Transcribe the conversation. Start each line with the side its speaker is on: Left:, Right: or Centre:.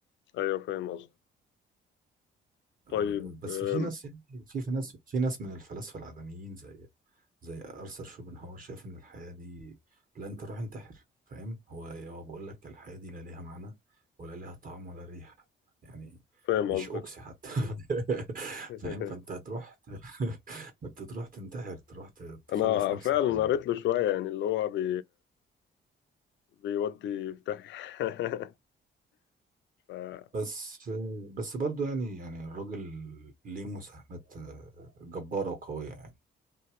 Left: أيوه فاهم قصدي
Right: أه،
Left: طيب
Right: بس
Left: آم،
Right: في ناس يعني في في ناس في ناس من الفلاسفة العدميين زي زي ارثر شوبنهاور شايف ان الحياة دي لا انت روح انتحر فاهم هو هو بقول لك الحياة دي لا ليها معنى ولا ليها طعم ولا ريحة يعني
Left: فاهم
Right: مش
Left: قصدك
Right: اوكسي حتى <laughs>
Left: <laughs>
Right: فاهم فانت هتروح ت- <laughs> انت تروح تنتحر تروح ت- تخلص
Left: انا
Right: نفسك
Left: فعلا
Right: من
Left: قريت له شويه يعني اللي هو بي بيودي في داهية <laughs> ف
Right: بس بس برضو يعني يعني الراجل ليه مساهمات آه، جبارة وقوية يعني